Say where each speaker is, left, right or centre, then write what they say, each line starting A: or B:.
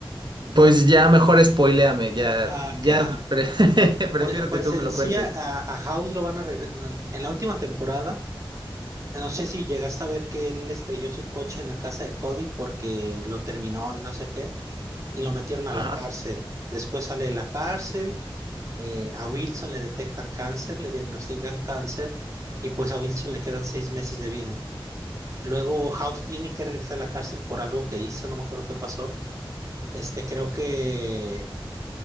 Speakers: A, on the right (about 55°); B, on the right (about 35°).
A: Pues ya mejor spoiléame, ya,
B: Ah,
A: ya
B: ok.
A: pre- <laughs> prefiero
B: Pues, pues
A: que tú
B: en
A: me lo
B: sí
A: cuentes.
B: a, a House lo van a regresar. En la última temporada, no sé si llegaste a ver que él estrelló su coche en la casa de Cody porque lo terminó y no sé qué, y lo metieron a
A: Ajá.
B: la cárcel. Después sale de la cárcel, eh, a Wilson le detectan cáncer, le diagnostican cáncer, y pues a Wilson le quedan seis meses de vida. Luego House tiene que regresar a la cárcel por algo que hizo, no me acuerdo qué pasó. Este, creo que